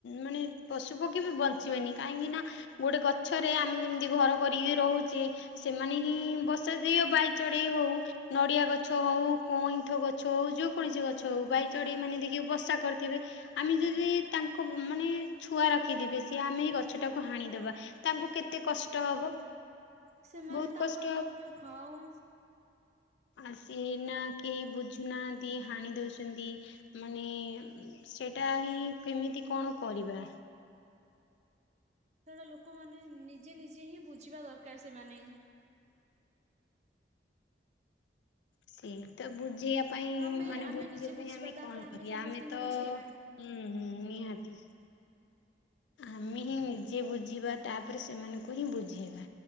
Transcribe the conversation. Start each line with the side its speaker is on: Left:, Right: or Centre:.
Left: ମାନେ ପଶୁ ପକ୍ଷୀ ବି ବଞ୍ଚିବେନି କାହିଁକି ନା ଗୋଟେ ଗଛରେ ଆମେ ଯେମିତି ଘର କରିକି ରହୁଛେ ସେମାନେ ହିଁ ବସାଯାଇ ଆଉ ବାଇ ଚଢ଼େଇ ହଉ ନଡ଼ିଆ ଗଛ ହଉ କଇଁଥ ଗଛ ହଉ ଯେ କୌଣସି ଗଛ ହଉ ବାଇଚ଼ଢେଇ
Right: ହଁ
Left: ମାନେ ଦେଖି ବସା କରିଥିବେ ଆମେ
Right: ହଁ।
Left: ଯଦି ତାଙ୍କ
Right: <inaudible>
Left: ମାନେ ଛୁଆ ରଖିଦିବେ ସିଏ ଆମେ ଏଇ ଗଛ ଟାକୁ ହାଣିଦବା ତାଙ୍କୁ କେତେ କଷ୍ଟ ହବ
Right: ସେମାନେ
Left: ବହୁତ
Right: ତାଙ୍କର
Left: କଷ୍ଟ
Right: ବି ହଉ
Left: ଆସି ନା କେହି ବୁଝୁନା ଦିଏ ହାଣି ଦଉ ଚନ୍ତି ମାନେ ସେଟା ହି କେମିତି କଣ କରିବା?
Right: ସେଉଡ଼ ଲୋକମାନେେ ନିଜେ ନିଜେ ହିଁ ବୁଝିବା ଦରକାର ସେମାନେ
Left: ସେଇଟା ବୁଝେଇ ପାଇଁ
Right: ଆମେ
Left: ମାନେ
Right: ଆମେ
Left: ବୁଝିବା
Right: ନିଜେ
Left: ପାଇଁ ଆମେ
Right: ତାପରେ
Left: କଣ କରିବା
Right: ସମସ୍ତଙ୍କୁ
Left: ଆମେ ତ
Right: ବୁଝେଇବା।
Left: ହୁଁ ହୁଁ ନିହାତି ହୁ ଆମେ ହିଁ ନିଜେ ବୁଝିବା ତାପରେ ସେମାନଙ୍କୁ ହିଁ ବୁଝେଇବା